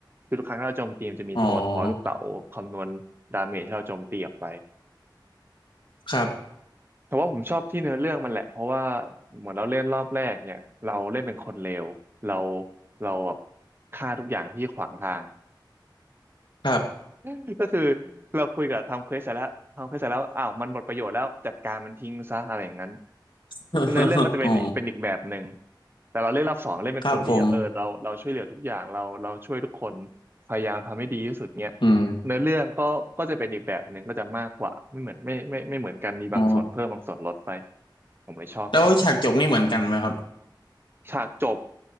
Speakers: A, on the right; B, on the left.
A: คือทุกครั้งที่เราโจมตีมันจะมีตัวทอยลูกเต๋าคำนวณดาเมจที่เราโจมตีออกไป
B: อ๋อครับ
A: แต่ว่าผมชอบที่เนื้อเรื่องมันแหละเพราะว่าเหมือนเราเล่นรอบแรกเนี่ยเราเล่นเป็นคนเลวเราเราแบบฆ่าทุกอย่างที่ขวางทาง
B: ครับ
A: <laughs> ก็คือเราคุยกับทำเควสเสร็จแล้วทำเควสเสร็จแล้วอ้าวมันหมดประโยชน์แล้วจัดการมันทิ้งซะอะไรอย่างนั้น
B: <laughs>
A: เนื้อเรื่องก็จะเป็นอีกเป็นอีกแบบหนึ่ง
B: อ๋อ
A: แต่เราเล่นรอบสองเล่นเป็นคนดีอะเออเราเราช่วยเหลือทุกอย่างเราเราช่วยทุกคน
B: ครับผม
A: พยายามทำให้ดีที่สุดเนี้ย
B: อืม
A: เนื้อเรื่องก็ก็จะเป็นอีกแบบหนึ่งก็จะมากกว่าไม่เหมือนไม่ไม่ไม่เหมือนกันมีบางส่วนเพิ่มบางส่วนลดไป
B: อ๋อ
A: ผมเลยชอบชอบมาก
B: แล้วฉากจบนี่เหมือนกันไหมครับ
A: ฉากจบ